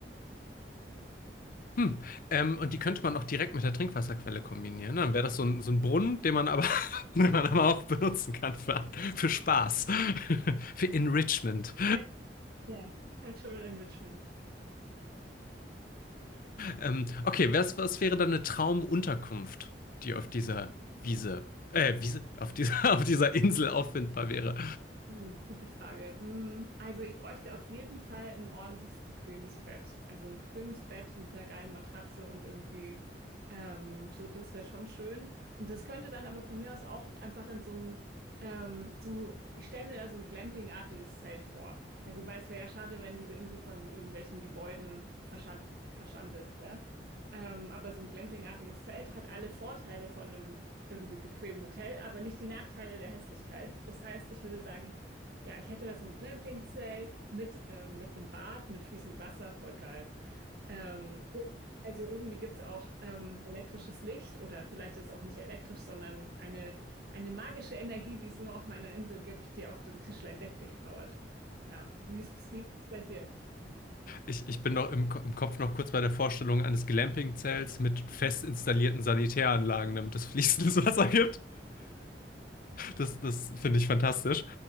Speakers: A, on the left; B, on the right.
A: Hm. Ähm, und die könnte man auch direkt mit der Trinkwasserquelle kombinieren. ne? Dann wäre das so ein, so ein Brunnen, den man aber, <laughs> den man aber auch benutzen kann für, für Spaß, <laughs> für Enrichment.
B: Moin. Ja, Cultural Enrichment.
A: Ähm, okay, was, was wäre dann eine Traumunterkunft, die auf dieser Wiese, äh, Wiese, auf dieser, <laughs> auf dieser Insel auffindbar wäre?
B: Hm, gute Frage. Hm, Also ich bräuchte auf jeden Fall ein ordentliches, bequemes Bett. Also ein bequemes Bett mit einer geilen Matratze und irgendwie ähm, so, das wäre schon schön. Und das könnte dann aber von mir aus auch einfach in so einem, ähm, so, ich stelle mir da so ein Glamping-artiges Zelt vor. Also weil es wäre ja schade, wenn diese Insel von so irgendwelchen Gebäuden verschan verschandelt wäre. Ähm, aber so ein Glamping-artiges Zelt hat alle Vorteile von einem irgendwie bequemen Hotel, aber nicht die Nachteile der Hässlichkeit. Das heißt, ich würde sagen, ja, ich hätte mal so ein Glamping-Zelt mit, ähm, mit einem Bad, mit fließend Wasser, voll geil. Ähm, und also irgendwie gibt es auch ähm, elektrisches Licht oder vielleicht ist es auch nicht elektrisch, sondern eine, eine magische Energie, die es immer auf meiner Insel gibt, die auch den Tischlein Deck durchpowert. Ja, wie ist es, wie ist es bei dir?
A: Ich, ich bin noch im, Ko- im Kopf noch kurz bei der Vorstellung eines Glamping-Zelts mit fest installierten Sanitäranlagen, damit es fließendes <laughs> Wasser gibt. Das, das finde ich fantastisch.